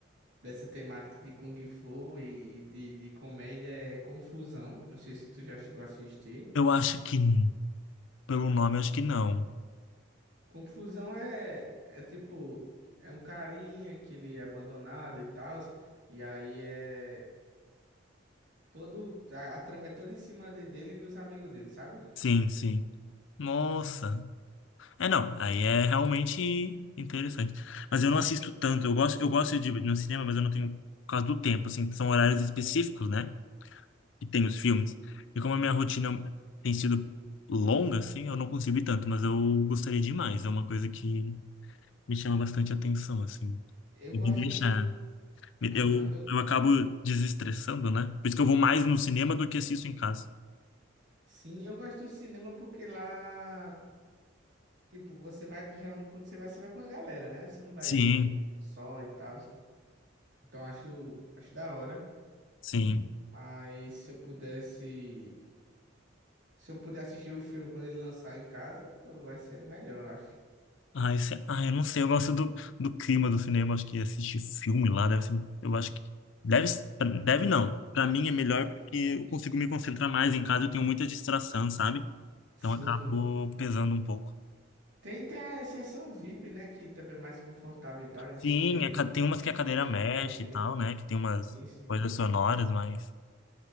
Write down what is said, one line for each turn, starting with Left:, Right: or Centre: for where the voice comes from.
Right: dessa temática de Kung Fu e de, de comédia é Confusão. Não sei se tu já chegou a assistir.
Left: Eu acho que, pelo nome, eu acho que não.
Right: Confusão é, é tipo, é um carinha que ele é abandonado e tal, e aí é todo, a, a trama é toda em cima de- dele e dos amigos dele, sabe?
Left: Sim, sim. Nossa. É, não, aí é realmente interessante. Mas eu não assisto tanto. Eu gosto, eu gosto de ir no cinema, mas eu não tenho por causa do tempo, assim, são horários específicos, né? Que tem os filmes. E como a minha rotina tem sido longa, assim, eu não consigo ir tanto, mas eu gostaria demais. É uma coisa que me chama bastante atenção, assim.
Right: Eu
Left: E
Right: gosto
Left: me deixa.
Right: do,
Left: Eu,
Right: aham, eu,
Left: eu acabo desestressando, né? Por isso que eu vou mais no cinema do que assisto em casa.
Right: sim, eu gosto do cinema porque lá, tipo, você vai, geralmente quando você vai, você vai com a galera, né? Você não vai
Left: Sim,
Right: muito só e tal, então acho, acho da hora,
Left: sim.
Right: mas se eu pudesse, se eu puder assistir o filme quando ele lançar em casa, vai ser melhor, eu acho.
Left: Ai, se- ai, eu não sei, eu gosto do, do clima do cinema, acho que assistir filme lá deve ser, eu acho que deve, deve não. Pra mim é melhor porque eu consigo me concentrar mais em casa, eu tenho muita distração, sabe?
Right: Sim.
Left: Então acabo pesando um pouco.
Right: Tem, tem a exceção VIP, né? Que também é mais confortável e tal. Não
Left: Sim,
Right: sei se você
Left: a ca- tem umas que a cadeira
Right: já chegou
Left: mexe
Right: a ver.
Left: e tal, né? Que tem umas
Right: Sim, sim.
Left: coisas sonoras, mas